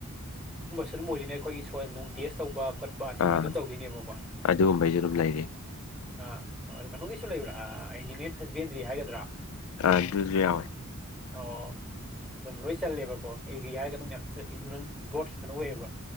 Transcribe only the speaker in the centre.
ꯑꯗꯨꯨꯝ ꯑꯣꯏꯁꯤꯅꯦ ꯑꯩꯈꯣꯏꯒꯤ ꯁꯣꯏꯜ ꯅꯨꯡ ꯇꯦꯁ ꯇꯧꯕ ꯈꯣꯠꯄ ꯁꯤꯒꯨꯝꯕ
ꯑꯗꯨꯝ ꯇꯧꯗꯣꯏꯅꯦꯕꯀꯣ
ꯑ ꯀꯩꯅꯣꯒꯤꯁꯨ ꯂꯩꯕ꯭ꯔꯥ ꯑꯦꯅꯤꯃꯦꯜ ꯍꯁꯕꯦꯟꯗ꯭ꯔꯤ ꯍꯥꯏꯒꯗ꯭ꯔꯥ
ꯑꯣ ꯑꯗꯨꯝ ꯂꯣꯏ ꯆꯜꯂꯦꯕꯀꯣ ꯀ ꯌꯥꯔꯒ ꯑꯗꯨꯝ ꯕꯣꯠꯇꯅ ꯑꯣꯏꯌꯦꯕ